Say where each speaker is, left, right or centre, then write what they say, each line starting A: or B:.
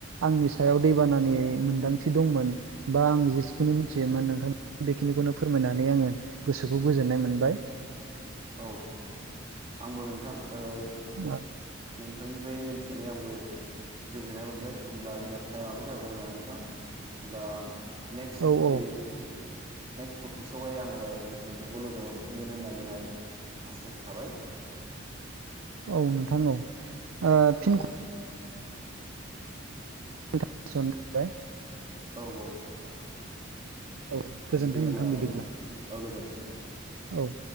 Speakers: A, on the right (about 80°); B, on the right (about 25°).
A: आंनि सायाव दैबानानि मोनदांथि दंमोन बा आं जेसेखिनि मोनथियोमोन नोंथांमोन बेखिनिखौनो फोरमायनानै आङो गोसोखौ गोजोननाय मोनबाय
B: औ आंबो नोंथां ओ
A: <inaudible>
B: नोंथांनिफ्राय मोनथिनानै आंबो गोजोन्नाय मोनबाय होमब्ला जोंना टाइमाबो जाबाय होनबा नोंथां होमब्ला नेक्स्ट
A: औ
B: जे नेक्स्ट टपिकसआवहाय आङो नोंथांखौ लोगो मोनफिनगोन होननानैहाय आसा थाबाय
A: औ नोंथां औ फिन
B: औ
A: <unintelligible> थाबाय
B: औ-औ
A: औ गोजोन्थों
B: दे होमबा ना
A: बिदिब्ला
B: नोंथां औ गोजोन्थों दे
A: औ